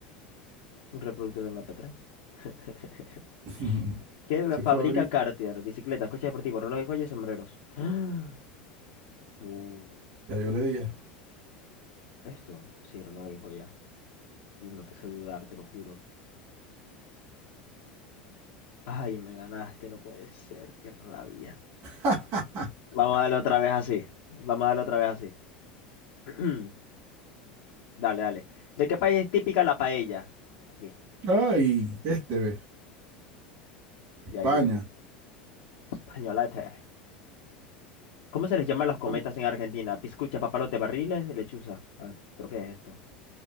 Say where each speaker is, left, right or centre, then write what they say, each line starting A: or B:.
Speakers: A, on the left; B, on the right.
A: Un reproductor de MP3. <laughs>
B: <laughs>
A: ¿Qué
B: ¿Qué fue
A: fabrica
B: abrir?
A: Cartier? Bicicletas, coches deportivos, relojes, joyas, sombreros. <gasps> Uh,
B: Ya yo le di ya.
A: esto, sí, relojes y joyas. Uh, me puse a dudar, te lo juro. Ay, me ganaste, no puede ser, qué rabia.
B: <laughs>
A: Vamos a darle otra vez así. Vamos a darle otra vez así. <clears throat> Dale, dale. ¿De qué país es típica la paella? Aquí,
B: Ay, este ve. España.
A: de ahí, de ahí. Españolete. ¿Cómo se les llama a los cometas
B: ¿Cómo?
A: en Argentina? Piscucha, papalote, barriles, lechuza. A ver, ¿pero qué es esto?